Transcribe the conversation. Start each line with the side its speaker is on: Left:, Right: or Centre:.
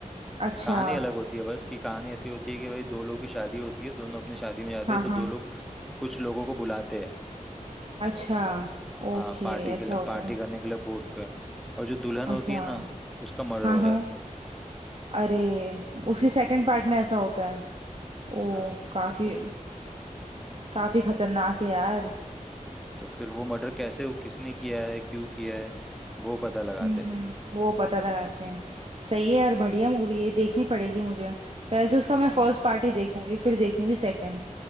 Right: अच्छा
Centre: कहानी अलग होती है बस कि कहानी ऐसी होती है कि भाई दो लोगों की शादी होती है दोनों अपनी शादी में जाते
Right: हाँ
Centre: हैं तो
Right: हाँ
Centre: दो लोग कुछ लोगों को बुलाते हैं
Right: अच्छा ओके
Centre: हाँ पार्टी
Right: ऐसा
Centre: के लिए
Right: होता
Centre: पार्टी
Right: है
Centre: करने के लिए बोट पे और जो दुल्हन होती
Right: अच्छा
Centre: है ना उसका मर्डर
Right: हाँ
Centre: हो
Right: हाँ
Centre: जाता है
Right: अरे उसके सेकंड पार्ट में ऐसा होता है ओ
Centre: हाँ
Right: काफी काफी खतरनाक है यार
Centre: तो फिर वो मर्डर कैसे वो किसने किया है क्यों किया है वो पता लगाते
Right: हम्म
Centre: हैं फिर वो
Right: वो पता लगाते हैं सही है यार बढ़िया
Centre: हम्म,
Right: मूवी है देखनी पड़ेगी मुझे पहले तो उसका मैं
Centre: हाँ
Right: फर्स्ट पार्ट ही देखूंगी फिर देखूंगी सेकंड